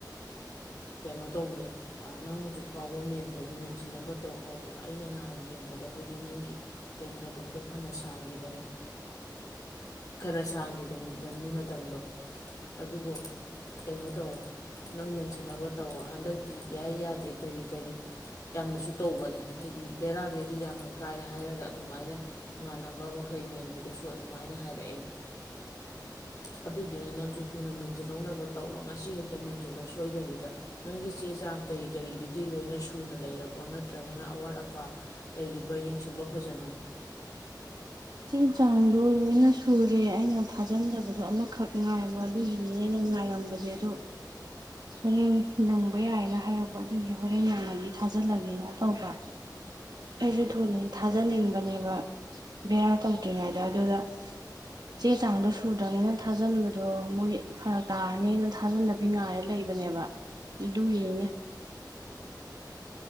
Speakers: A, on the left; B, on the right.
A: ꯀꯩꯅꯣ ꯇꯧꯗ꯭ꯔꯦ ꯅꯪ ꯍꯧꯖꯤꯛ ꯐꯥꯎꯕ ꯃꯦꯟꯗ꯭ꯔꯗꯤ ꯃꯦꯟꯁꯤꯟꯅꯕ ꯇꯧ꯫ ꯑꯩꯅ ꯅꯍꯥꯟ ꯌꯦꯡꯕꯗꯕꯨꯗꯤ ꯅꯪꯒꯤ ꯀꯩꯅꯣ ꯃꯇꯝꯗꯣ ꯐꯅ ꯁꯥꯡꯈꯤꯕꯅꯤ ꯈꯔ ꯁꯥꯡꯈꯤꯗꯕꯅꯤ ꯃꯇꯝꯗꯣ ꯑꯗꯨꯕꯨ ꯀꯩꯅꯣ ꯇꯧꯔꯣ ꯅꯪ ꯃꯦꯟꯁꯤꯟꯅꯕ ꯇꯧꯔꯣ ꯍꯟꯗꯛꯇꯤ ꯌꯥꯏ ꯌꯥꯗꯦ ꯀꯔꯤ ꯀꯔꯤ ꯌꯥꯝꯅꯁꯨ ꯇꯧꯕꯅꯤ꯫ ꯍꯥꯏꯗꯤ ꯕꯦꯔꯥ ꯕꯦꯔꯤ ꯌꯥꯝꯅ ꯀꯥꯏ ꯍꯥꯏꯔꯒ ꯑꯗꯨꯃꯥꯏꯅ ꯏꯃꯥꯟꯅꯕ ꯃꯈꯩ ꯃꯦꯟꯕꯗꯁꯨ ꯑꯗꯨꯃꯥꯏꯅ ꯍꯥꯏꯔꯛꯑꯦ ꯑꯗꯨꯗꯨꯅ ꯅꯪꯁꯨ ꯊꯨꯅ ꯃꯤꯟꯖꯜꯂꯧꯅꯕ ꯇꯧꯔꯣ ꯉꯁꯤ ꯍꯦꯛꯇ ꯃꯟꯖꯜꯂꯣ ꯁꯣꯏꯗꯕꯤꯗ ꯅꯪꯒꯤ ꯆꯦ ꯆꯥꯡ ꯀꯔꯤ ꯀꯔꯤꯗꯨꯗꯤ ꯂꯣꯏꯅ ꯁꯨꯅ ꯂꯩꯔꯕ꯭ꯔꯣ ꯅꯠꯇ꯭ꯔꯒꯅ꯫ ꯑꯋꯥꯠ ꯑꯄꯥ ꯂꯩꯔꯤꯕ꯭ꯔꯥ ꯌꯦꯡꯁꯤꯜꯂꯣ ꯐꯖꯅ꯫
B: ꯆꯦ ꯆꯥꯡꯗꯣ ꯂꯣꯏꯅ ꯁꯨꯔꯦ ꯑꯩꯅ ꯊꯥꯖꯤꯟꯗꯕꯗꯣ ꯑꯃꯈꯛ ꯉꯥꯏꯕ ꯑꯗꯨꯒꯤꯅꯤꯅꯦ ꯑꯩꯅ ꯉꯥꯏꯔꯝꯕꯁꯦ ꯑꯗꯣ ꯍꯣꯔꯦꯟ ꯅꯪꯕ ꯌꯥꯏꯅ ꯍꯥꯏꯔꯛꯄ ꯑꯗꯨꯒꯤ ꯍꯣꯔꯦꯟ ꯅꯪꯉꯗꯤ ꯊꯥꯖꯤꯜꯂꯒꯦꯅ ꯇꯧꯕ ꯑꯩꯁꯨ ꯊꯨꯅꯗꯤ ꯊꯥꯖꯅꯤꯡꯕꯅꯦꯕ꯫ ꯕꯦꯔꯥ ꯇꯧꯗ꯭ꯔꯤꯉꯩꯗ ꯑꯗꯨꯗ ꯆꯦ ꯆꯥꯡꯗꯣ ꯁꯨꯗ꯭ꯔꯕꯅꯤꯅ ꯊꯥꯖꯟꯕꯗꯣ ꯃꯣꯏ ꯐꯔꯛ ꯇꯥꯔꯅꯤꯅ ꯊꯥꯖꯟꯗꯕꯤ ꯉꯥꯏꯔꯦ ꯂꯩꯕꯅꯦꯕ ꯑꯗꯨꯒꯤꯅꯤꯅꯦ꯫